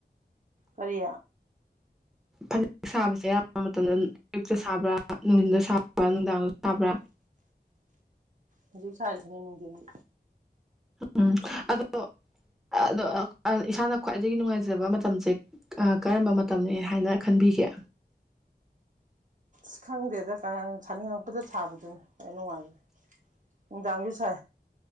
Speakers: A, on the right (about 45°); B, in the centre.
A: ꯀꯔꯤ
B: ꯍꯗꯦꯛ ꯁꯥꯕꯁꯦ ꯑꯌꯥꯝꯕ ꯃꯇꯝꯗ ꯑꯌꯨꯛꯇ ꯁꯥꯕ꯭ꯔꯥ ꯅꯨꯡꯊꯤꯟꯗ ꯁꯥꯕ꯭ꯔꯥ ꯅꯨꯡꯗꯥꯡꯗ ꯁꯥꯕ꯭ꯔꯥ
A: ꯍꯧꯖꯤ ꯁꯥꯏꯁꯅꯦꯅꯅꯨꯡ ꯀꯗꯤ ꯎ
B: ꯎꯝ ꯑꯗꯣ ꯑꯗꯣ ꯏꯁꯥꯅ ꯈ꯭ꯋꯥꯏꯗꯒꯤ ꯅꯨꯡꯉꯥꯏꯖꯕ ꯃꯇꯝꯁꯦ ꯀꯔꯝꯕ ꯃꯇꯝꯅꯤ ꯍꯥꯏꯅ ꯈꯟꯕꯤꯒꯦ
A: ꯑ ꯈꯪꯗꯦꯗ ꯀ ꯁꯥꯅꯤꯡꯉꯛꯄꯗ ꯁꯥꯕꯗꯨꯅꯤ ꯍ ꯅꯨꯡꯉꯥꯏꯕꯅꯤ ꯗꯥꯡꯒꯁ